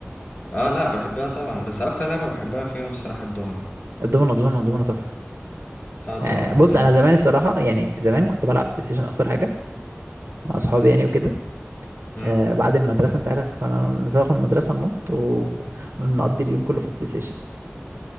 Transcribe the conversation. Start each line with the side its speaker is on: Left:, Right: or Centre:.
Left: <laughs> اه لا بحبها طبعا بس اكتر لعبه بحبها فيهم الصراحه الدومنه
Right: الدومينو الدومينو الدومينو تحفة
Left: اه طبعا
Right: آه، بص
Left: الدومنه
Right: انا زمان
Left: طبعا
Right: الصراحة يعني زمان كنت بلعب بلاي ستيشن اكتر حاجة مع اصحابي يعني وكده
Left: امم
Right: آه، بعد المدرسة انت عارف كنا نزوغ من المدرسة ننط ونقضي اليوم كله في البلاي ستيشن